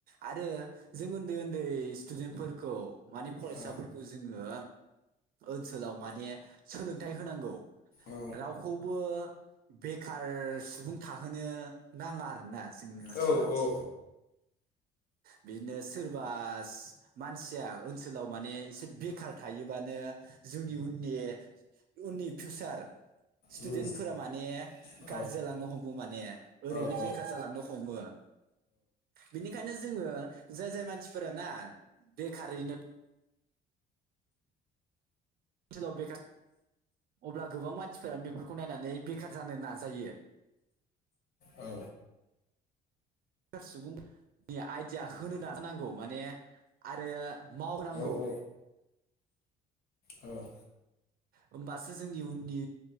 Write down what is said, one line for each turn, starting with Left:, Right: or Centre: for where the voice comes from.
Right: आरो जों उन्दै उन्दै स्टुडेन्टफोरखौ माने फरायसाफोर
Left: औ
Right: खौ जोङो ओनसोलाव माने सोलोंथाइ होनांगौ।
Left: औ
Right: राव खौबो बेखार सुबुं थाहोनो नाङा आरोना। जोंनि ओनसोलाव
Left: औ औ
Right: ओ
Left: औ
Right: बिदिनो सोरबा मानसिया ओनसोलाव माने एसे बेखार थायोबानो जोंनि उनि उननि फिउचार स्टुदेन्टफोरा
Left: उम
Right: माने
Left: औ
Right: गारजि लांनो हमो माने ओरैनो
Left: औ औ औ
Right: बेखार जालांनो हमो। बिनिखा नो जोङो जाय जाय मानसिफोर ना बेखारैनो ओनसोलाव बेखार अब्ला गोबां मानसिफोरानो बेफोरखौ नायनानै बे खार जानो नाजायो।
Left: औ।
Right: <unintelligible> सुबुं नि आइडिया। होनो नाजानांगौ माने आरो मावनांगौ
Left: औ औ
Right: होमबासो जोंनि उननि